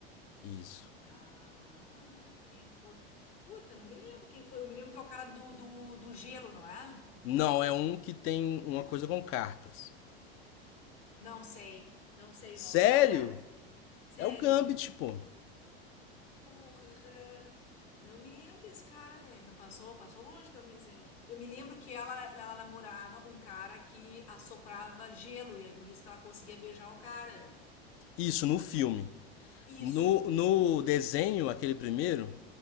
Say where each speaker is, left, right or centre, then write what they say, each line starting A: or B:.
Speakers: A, on the left; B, on the left.
A: Isso.
B: Ah, quem foi? Puta, eu não me lembro quem foi. Eu me lembro que é o cara do, do, do gelo, não é?
A: Não, é um que tem uma coisa com cartas.
B: Não sei. Não sei
A: Sério?
B: o nome. Quem é? Sério?
A: É o Gambit, pô.
B: Porra. Não me lembro desse cara, velho. Não passou, passou longe pra mim. assim. Eu me lembro que ela, ela namorava um cara que assoprava gelo, e aí por isso que ela conseguia beijar o cara.
A: Isso, no filme. No,
B: Isso.
A: no desenho, aquele primeiro,